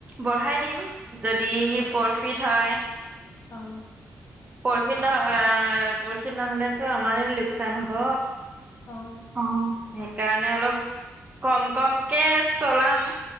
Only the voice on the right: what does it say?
বঢ়াই দিম যদি
পৰফিট হয়।
প্ৰফিট নহয় প্ৰফিট নহলেতো আমাৰ লোকচান হ'ব
অ সেইকাৰণে অলপ কম কমকে চলাম